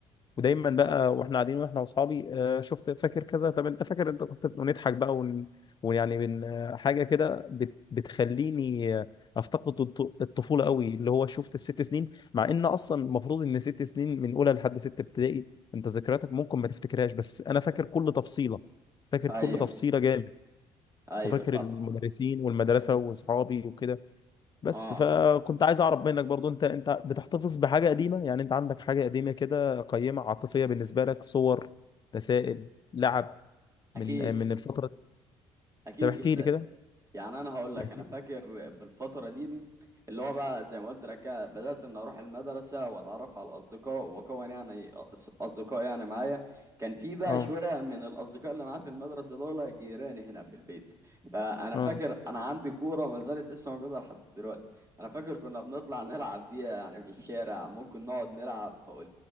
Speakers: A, on the left; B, on the right.
A: ودايما بقى وإحنا قاعدين وإحنا وأصحابي آه، شفت فاكر كذا طب أنت فاكر أنت كنت ونضحك بقى ون... ويعني من آه، حاجة كده بت... بتخليني آه، أفتقد الط- الطفولة قوي اللي هو شفت الست سنين مع إن أصلا المفروض إن ست سنين من أولى لحد ستة ابتدائي أنت ذكرياتك ممكن ما تفتكرهاش بس أنا فاكر كل تفصيلة فاكر
B: ايوه
A: كل تفصيلة جامد
B: ايوه
A: وفاكر
B: طب
A: المدرسين والمدرسة وأصحابي وكده بس
B: اه
A: فكنت عايز اعرف منك برضو انت انت بتحتفظ بحاجه قديمه يعني انت عندك حاجه قديمه كده قيمه عاطفيه بالنسبه لك صور رسائل لعب
B: اكيد
A: من من الفتره دي
B: اكيد
A: طب احكي
B: جدا
A: لي كده
B: يعني انا هقول لك
A: احكي
B: انا فاكر
A: لي
B: في الفتره دي دي اللي هو بقى زي ما قلت لك كده، بدات ان اروح المدرسه واتعرف على الاصدقاء واكون يعني أص- اصدقاء يعني معايا كان في بقى
A: اه
B: شويه من الاصدقاء اللي معايا في المدرسه دول جيراني هنا في البيت فانا
A: اه
B: فاكر انا عندي كوره ما زالت لسه موجوده لحد دلوقتي انا فاكر كنا بنطلع نلعب بيها يعني في الشارع ممكن نقعد نلعب فوق